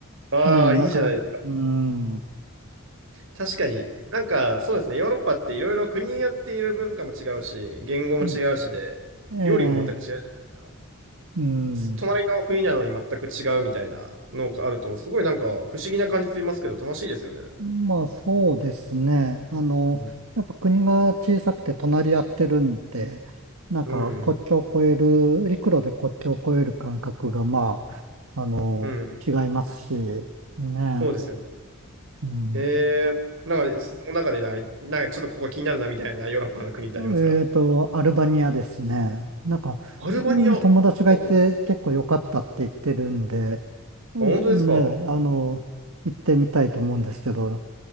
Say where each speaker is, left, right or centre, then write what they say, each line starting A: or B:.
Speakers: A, on the right; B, on the right.
A: ああ、
B: ね、なかなか、
A: いいじゃないですか。
B: うーん、う
A: 確かに。なんか、そうですね。ヨーロッパっていろいろ国によっていろいろ文化も違うし、言語も違うしで、
B: ん
A: 料理も全く違うじゃないですか。
B: ええ、うん。
A: 隣の国なのに全く違うみたいなのがあると、すごいなんか不思議な感じしますけど、楽しいですよね。
B: まあそうですね。あの、
A: うん、
B: やっぱ国が小さくて隣り合ってるんで、なんか国境を越える、
A: うん、
B: 陸路で国境を越える感覚がまあ、あの、
A: うんうん
B: 違いますし、ね。
A: そうですよね。
B: うん。
A: へえ、なんか、その中でなんか、なんかちょっとここ気になるなみたいなヨーロッパの国ってありますか
B: えっと、アルバニアですね。なんか、
A: アルバニア。
B: うん、
A: ほうほ
B: 友達がいて結構良かったって言ってるんで、えね、
A: うあ、本当ですかは
B: あの、行ってみたいと思うんですけど、